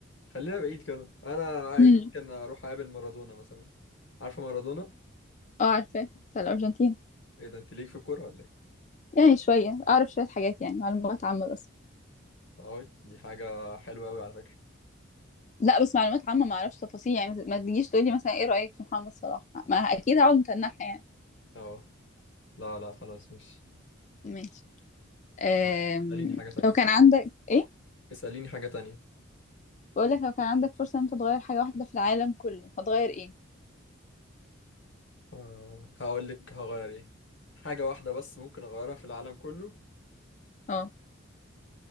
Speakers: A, on the left; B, on the left.
A: خلينا بعيد كده انا عاي-
B: مم.
A: ممكن اروح اقابل مارادونا مثلا عارفه مارادونا
B: اه عارفة بتاع الأرجنتين
A: ايه ده انت ليك في الكوره ولا ايه؟
B: يعني شوية أعرف شوية حاجات يعني معلومات عامة بس
A: اه دي حاجه حلوه قوي على فكره
B: لا بس معلومات عامة ما اعرفش تفاصيل يعني ما ما تجيش تقولي مثلا ايه رأيك في محمد صلاح ما اكيد هقعد متنحة يعني
A: اه لا لا خلاص مش
B: ماشي أم...
A: آه. اسأليني حاجة تانية
B: لو كان عندك ايه
A: اسأليني حاجة تانية
B: بقول لك لو كان عندك فرصة ان انت تغير حاجة واحدة في العالم كله هتغير ايه
A: آه. هقول لك هغير ايه حاجة واحدة بس ممكن أغيرها في العالم كله
B: اه